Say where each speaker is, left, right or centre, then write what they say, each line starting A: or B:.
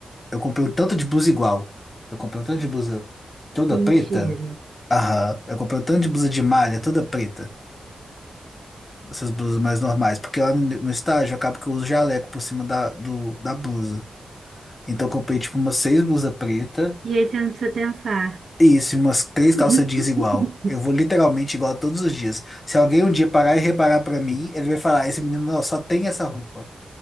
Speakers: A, on the left; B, on the right.
A: Eu comprei um tanto de blusa igual. Eu comprei um tanto de blusa toda
B: mentira.
A: preta. Aham. Eu comprei um tanto de blusa de malha toda preta. Essas blusas mais normais. Porque lá no, no estágio acaba que eu uso jaleco por cima da, do, da blusa. Então eu comprei tipo umas seis blusas pretas.
B: E aí você não precisa pensar.
A: E isso, e umas três
B: <laughs>
A: calças jeans igual. Eu vou literalmente igual todos os dias. Se alguém um dia parar e reparar pra mim, ele vai falar: "Ah, esse menino ó, só tem essa roupa.